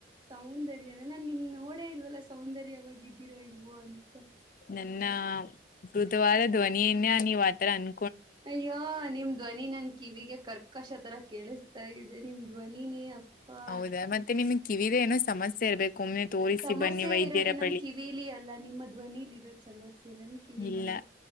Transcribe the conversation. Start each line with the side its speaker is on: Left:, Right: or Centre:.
Right: ಸೌಂದರ್ಯನ ನಾ ನಿಮ ನೋಡೇ ಇಲ್ವಲ್ಲ ಸೌಂದರ್ಯವಾಗ ಇದಿರೋ ಇಲ್ವೋ ಅಂತ.
Left: ನನ್ನ ಮೃದುವಾದ ಧ್ವನಿಯನ್ನ ನೀವ್ ಆತರ ಅನ್
Right: ಅಯ್ಯೋ ನಿಮ್ ಧ್ವನಿ ನನ್ ಕಿವಿಗೆ ಕರ್ಕಶ ತರ ಕೇಳಿಸ್ತಾ ಇದೆ ನಿಮ್ದ್ ಧ್ವನ ನೀ ಅಪ್ಪಾ
Left: ಹೌದಾ ಮತ್ತೆ ನಿಮಗ್ ಕಿವಿದ ಏನೋ ಸಮಸ್ಯೆ ಇರ್ಬೇಕು. ಒಮ್ಮನೆ ತೋರಿಸಿ
Right: ಸಮಸ್ಯೆ
Left: ಬನ್ನಿ ವೈದ್ಯರ
Right: ಇರೋದು ನನ್
Left: ಬಳಿ
Right: ಕಿವಿಲಿ ಅಲ್ಲ ನಿಮ್ಮ ಧ್ವನಿಲಿ ಇರೋದು ಸಮಸ್ಯೆ. ನನ್ ಕಿವಿಲಲ್ಲ.
Left: ಇಲ್ಲ